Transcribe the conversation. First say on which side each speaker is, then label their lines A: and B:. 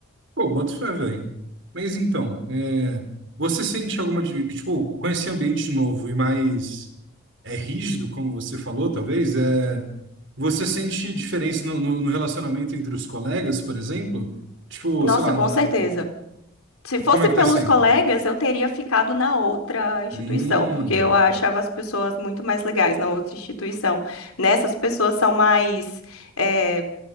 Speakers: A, on the right (about 55°); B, on the left (about 85°).
A: Pô, boto fé, velho. Mas então, é, você sente alguma, di- tipo, com esse ambiente novo e mais é rígido, como você falou, talvez, é... você sente diferença no, no, no relacionamento entre os colegas, por exemplo? Tipo,
B: Nossa,
A: sei lá,
B: com
A: n-
B: certeza. Se fosse
A: como é que
B: pelos
A: tá sendo?
B: colegas, eu teria ficado na outra instituição,
A: Hum,
B: porque eu achava as pessoas muito mais legais na outra instituição. Nessas pessoas são mais eh,